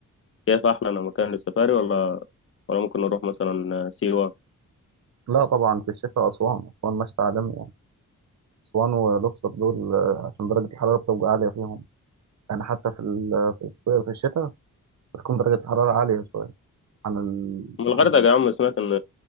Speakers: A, on the left; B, on the right.
A: شايفة أحلى مكان للسفاري ولا ولا ممكن نروح مثلا آه، سيوة
B: لا طبعا في الشتاء اسوان اسوان مشتى عالمي يعني اسوان والاقصر دول آه، عشان درجه الحراره بتبقى عاليه فيهم يعني حتى في ال- في الصيف في الشتاء بتكون درجه الحراره عاليه شويه عن ال...
A: من الغردقة
B: عن ال-
A: يا عم سمعت إن